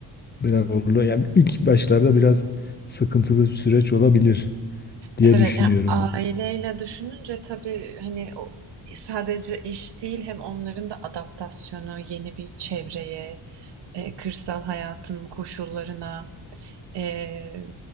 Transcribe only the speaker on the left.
Biraz zorlu. Yani ilk başlarda biraz sıkıntılı bir süreç olabilir diye
düşünüyorum.